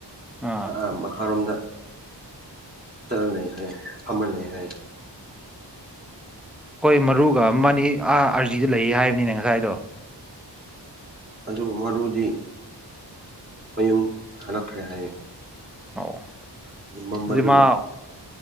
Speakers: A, in the centre; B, on the right.
A: ꯑꯥ
B: ꯑ ꯑ ꯃꯈꯥꯔꯣꯝꯗ ꯆꯠꯂ ꯂꯩ ꯍꯥꯏꯌꯦ ꯐꯝꯃ ꯂꯩ ꯍꯥꯏꯌꯦ
A: ꯍꯣꯏ ꯃꯔꯨꯒ ꯑꯃꯅꯤ ꯑꯥ ꯑꯥꯔꯖꯤꯗ ꯂꯩꯌꯦ ꯍꯥꯏꯕꯅꯤꯅꯦ ꯉꯁꯥꯏꯗꯣ
B: ꯑꯗꯨ ꯃꯔꯨꯗꯤ ꯃꯌꯨꯝ ꯍꯜꯂꯛꯈ꯭ꯔꯦ ꯍꯥꯏꯌꯦ
A: ꯑꯣ
B: ꯑꯗꯨ ꯃꯝꯕꯗꯨꯅ
A: ꯑꯗꯨꯗꯤ ꯃꯥ